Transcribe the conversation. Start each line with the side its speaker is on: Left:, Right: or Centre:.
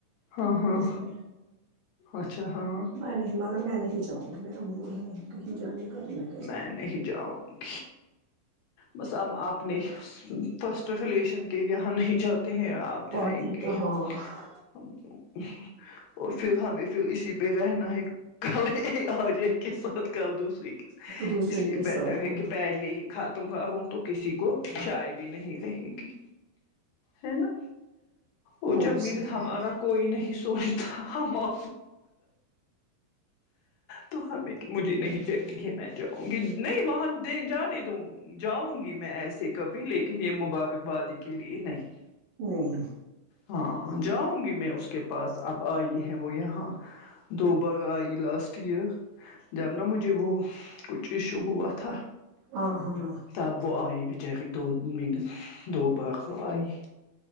Left: ہاں ہاں
Right: اس دن
Left: اچھا ہاں
Right: نہیں مگر میں نہیں جاؤں گی میرا موڈ نہیں ہے کہیں جانے گا تو میں
Left: میں نہیں جاؤں گی بس ہم اپنےفسٹ رلیشن کے یہاں نہیں جاتے ہیں آپ جائیں
Right: پارٹی
Left: گے
Right: تو ہاں
Left: اور پھر ہمیں پھر اسی پہ رہنا ہے کل آج ایک کے ساتھ کل دوسر
Right: دوسرے
Left: اس لیے
Right: کے
Left: بیٹر
Right: ساتھ
Left: ہے
Right: ہاں
Left: کہ پہلے ہی ختم کر ہوں تو کسی کو چائے بھی نہیں رہے گی ہے نا اور
Right: وہ
Left: جب
Right: بھی
Left: میں
Right: صحیح
Left: نےز ہم
Right: ہے
Left: آگر کوئی نہیں سوچتا ہم آ تو ہمیں مجھے نہیں چلتی ہے میں جاؤں گی نہیں وہاں دے جا نے دوں جاؤں گی میں ایسے کبھی لیکن یہ مبارکبادی کے لیے نہیں
Right: نہیں
Left: ہاں جاؤں گی میں اس کے پاس اب آئی ہے وہ یہاں دو بار آئی لاسٹ ایئر جب نا مجھے وہ کچھ ایشو ہوا تھا
Right: آ ہاں
Left: تب وہ آئی بچاری دو منٹ دو بار وہ آئی